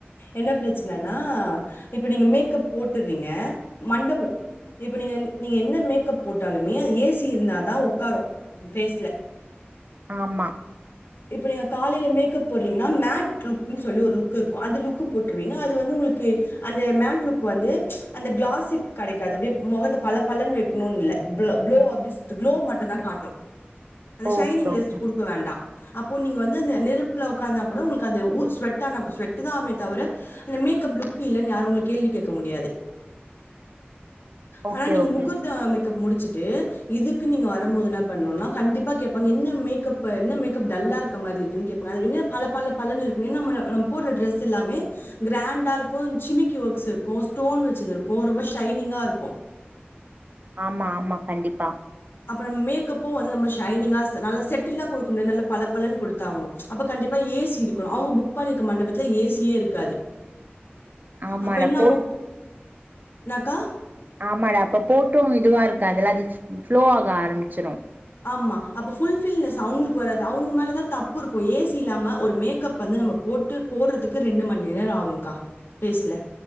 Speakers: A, on the left; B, on the right.
A: என்ன பிரச்சனைன்னா இப்ப நீங்க மேக்கப் போட்டுறீங்க மண்டபம் இப்ப நீங்க நீங்க என்ன மேக்கப் போட்டாலுமே ஏசி இருந்தாதான் உ்காரும் பேஸ்ல
B: ஆமா
A: இப்ப நீங்க காலையில மேக்கப் போடுறீங்கன்னா மேட் லுக்ன்னு சொல்லி ஒரு லுக் இருக்கும் அந்த லுக் போட்டுருவீங்க அது வந்து உங்களுக்கு அந்த மேட் லுக் வந்து அந்த கிளாசி கிடைக்காது அப்படியே முகத்தை பல பலன் வைக்கணும்னு இளோ அப்படனு சொல்லிட்டு களோ மட்டம்தான் காட்டும் அந்த ஷைனிங்
B: ஓகே
A: லிஸ்ட்
B: ஓகே
A: கொடுக்க வேண்டாம் அப்போ நீங்க வந்து அந்த நெருப்பு உட்கார்ந்தா கூட உங்களுக்கு அந்த ெட் தான் தவிர அந்த மேப் லக் இல்லு யாரும் உங்க கேள்வி கேட்க முடியாது
B: ஓகே
A: ஆனா நீங்க
B: ஓகே
A: முகூர்த்த மேக்கப் முடிச்சுட்டு இதுக்கு நீங்க வரும்போது என்ன பண்ணுனா கண்டிப்பா கேப்பாங்க என்ன மேக்கப்பு என்ன மேக் கப் டல்லா இருக்க மாரி இருக்கு கேப்பாங்க அது பல பல பலன்னு இருக்குமே நம் நம்ம போடுற டிரஸ் எல்லாமே க்ரேண்டா இருக்கு சிமிக்கி ஒர்க்ஸ் இருக்கு ஸ்டோன் வச்சது இருக்கு ரொம்ப ஷைனிங்கா இருக்கு
B: ஆமா ஆமா கண்டிப்பா
A: அப்ப நம்ம மேக்கப்பும் வந்து நம்ம ஷைனிங்கா ந நல்ல செட்டில்லா குடுக்க முடியாது நல்லா பலப்பலன்னு குடுத்தாகணு அப்ப கண்டிப்பா ஏ சி இருக்கணு அவுங்க புக் பண்ணிருக்க மண்டபத்துல ஏ சி யே இருக்காது
B: ஆமாடா
A: அப்ப என்ன
B: போ
A: ஆகும்? என்னக்கா?
B: ஆமாடா அப்ப போட்டும் இதுவா இருக்காதுல அது ஃப்ளோ ஆக ஆரம்பிச்சிரு
A: ஆமா அப்ப ஃபுல்ஃபில்னஸ் அவங்குளுக்கு வராது அவுங்க மேலதா தப்பு இருக்கு ஏ சி இல்லாம ஒரு மேக்கப் வந்து நம்ம போட்டு போடுறதுக்கு ரெண்டு மண் நேர ஆகுங்க்கா ஃபேஸ்ல